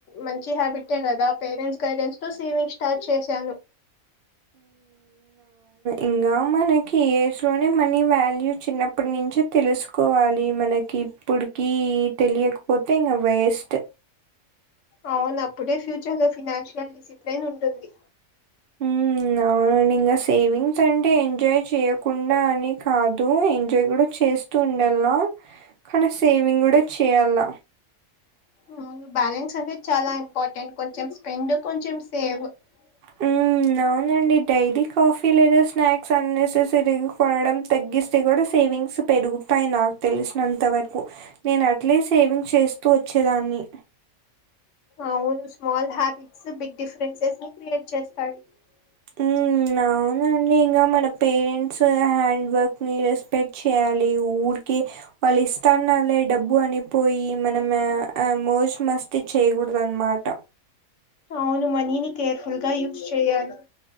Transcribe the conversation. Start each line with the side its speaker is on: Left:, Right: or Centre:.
Left: మంచి హ్యాబిటే కదా పేరెంట్స్ గైడెన్స్ తో సేవింగ్ స్టార్ట్ చేశాను
Right: ఇంకా మనకి ఈ ఏజ్లోనే మనీ వాల్యూ చిన్నప్పటి నుంచే తెలుసుకోవాలి మనకి ఇప్పుడుకి తెలియక్పోతే ఇంకా వేస్ట్
Left: అవును అప్పుడే ఫ్యూచర్ లో ఫినాన్షియల్ డిసిప్లేన్ ఉంటుంది
Right: హ్మ్. అవునండి ఇంకా సేవింగ్స్ అంటే ఎంజాయ్ చేయకుండా అని కాదు ఎంజాయ్ కూడా చేస్ తుండాలా కానీ సేవింగ్ కూడా చేయాల
Left: అవును బ్యాలెన్స్ అనేది చాలా ఇంపార్టెంట్ కొంచెం స్పెండ్ కొంచెం సేవ్ అ
Right: హ్మ్. అవునండి డైలీ కాఫీ లేదా స్నాక్స్ అన్నెససరీగా కొనడం తగ్గిస్తే కూడా సేవింగ్స్ పెరుగుతాయి నాకు తెలిసినంతవరకు నేను అట్లే సేవింగ్ చేస్తూ వచ్చేదాన్ని
Left: అవును స్మాల్ హ్యాబిట్స్ బిగ్ డిఫరెన్సెస్ ని క్రియేట్ చేస్తాయి
Right: హ్మ్.
Left: అ
Right: అవునండి ఇంకా మన పేరెంట్స్ హ్యాండ్ వర్క్ని రెస్పెక్ట్ చేయాలి ఊర్కే వాళ్ళు ఇస్తాన్నలేే డబ్బు అనిపోయి మనం ఆ ఆ మోజ్ మస్త్ చేయకూడ్ద్ అన్మాట
Left: అవును మనీని కేర్ఫుల్ గా యూస్చేయాలి